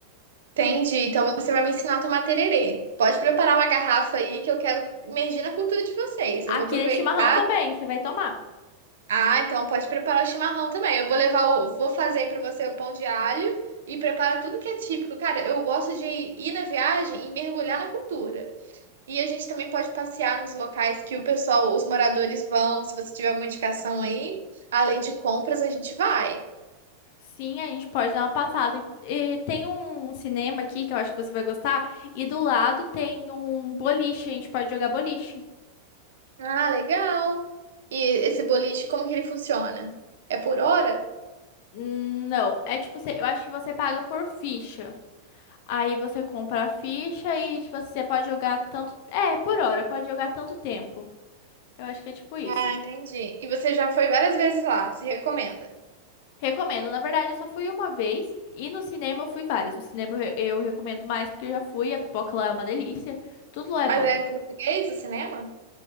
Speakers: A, on the right (about 60°); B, on the left (about 45°).
A: Entendi. Então você vai me ensinar a tomar tererê. Pode preparar uma garrafa aí que eu quero imergir na cultura de vocês. Eu
B: Aqui
A: vou aproveitar.
B: é chimarrão também, você vai tomar.
A: Ah, então pode preparar o chimarrão também. Eu vou levar o, vou fazer aí pra você o pão de alho e prepara tudo que é típico. Cara, eu gosto de ir na viagem e mergulhar na cultura. E a gente também pode passear nos locais que o pessoal, os moradores vão. Se você tiver alguma indicação aí, além de compras, a gente vai.
B: Sim, a gente pode dar uma passada. E tem um cinema aqui que eu acho que você vai gostar. E do lado tem um boliche, a gente pode jogar boliche.
A: Ah, legal. E esse boliche, como que ele funciona? É por hora?
B: Hum, Não, é tipo, você- eu acho que você paga por ficha. Aí você compra a ficha e, tipo, assim, você pode jogar tanto. É, por hora, pode jogar tanto tempo. Eu acho que é tipo isso.
A: Ah, entendi. E você já foi várias vezes lá, se recomenda.
B: Recomendo. Na verdade, eu só fui uma vez. E no cinema eu fui várias. No cinema eu eu recomendo mais porque eu já fui. A pipoca lá é uma delícia. Tudo lá é
A: Mas
B: bom.
A: é em português o cinema?